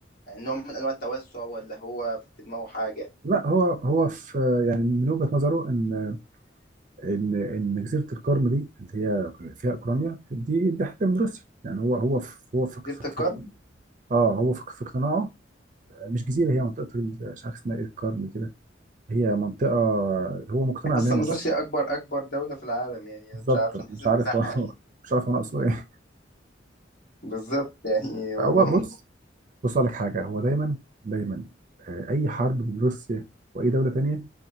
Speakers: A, on the left; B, on the right.
A: يعني نوع من انواع التوسع ولا هو في دماغه حاجة
B: لا هو هو في يعني من وجهة نظره إن ان ان جزيره القرم دي اللي هي فيها اوكرانيا دي دي حته من روسيا يعني هو هو في هو في
A: ديرة
B: في
A: القرن
B: في اه هو في في اقتناعه مش جزيره هي منطقه ال- مش عارف اسمها ايه القرم كده هي منطقه هو مقتنع
A: اصلا
B: ان هي منطقه
A: روسيا
B: أصلا
A: اكبر اكبر دولة في العالم يعني
B: بالظبط
A: انا مش عارف من حيث
B: مش
A: المساحة
B: عارف هو <laughs>
A: يعني
B: مش عارف انا اقصد ايه
A: بالظبط يعني هو
B: هو بص بص اقول لك حاجه هو دايما دايما آه، اي حرب بين روسيا واي دوله تانيه